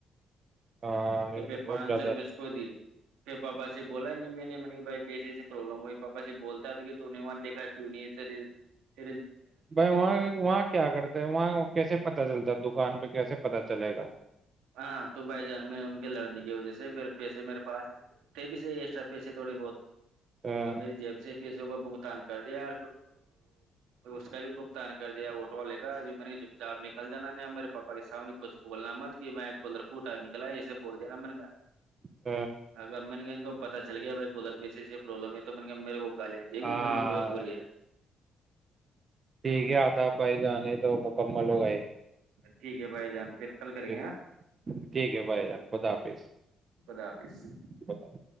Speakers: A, on the right (about 40°); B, on the right (about 90°).
A: ہاں
B: تو
A: یہ
B: پھر
A: بہت
B: پانچ
A: زیادہ
B: سو روپئے اس کو دی پھر پاپا سے بولا نہیں میں نے منی بھائی پیسے سے پرابلم ہو پاپا سے بولتا تھا کہ تو نے وہاں دیکھا کیوں نہیں سر
A: بھائی وہاں وہاں کیا کرتا ہے وہاں کیسے پتا چلتا ہے دکان پہ کیسے پتا چلے گا
B: ہاں تو بھائی جان میں نے ان کے لڑنے کی وجہ سے پھر پیسے میرے پاس تھے بھی صحی ایکسٹرا پیسے تھوڑے بہت
A: اہ،
B: تو میری جیب سے کسی کو بگتان کر دیا اس کا بھی بگتان کر دیا وہٹ لے کا جو میں نے چپ چاپ نکل جانا ن میرے پاپا کے سامنے کچھ بولنا مت کہ ب کلرپوٹ اور نکلا ہے اسسے بول دینا من گا
A: اہ،
B: اگر میں نے کہ کو پتا چل گیا بھائی کدھر م سے پرلم ہے تو نے میرے کو الیاں دیک
A: ہاں
B: گ م نے کہ بہت بری ہے
A: ٹھیک ہے آتا بھائی جانے تو مکمل ہو گئے
B: ٹھیک ہے بھائی جان پھر کل کریں
A: ٹھ
B: گے ہاں
A: ٹھیک ہے بھائی جان خدا حافظ
B: خدا حافظ
A: خ حظ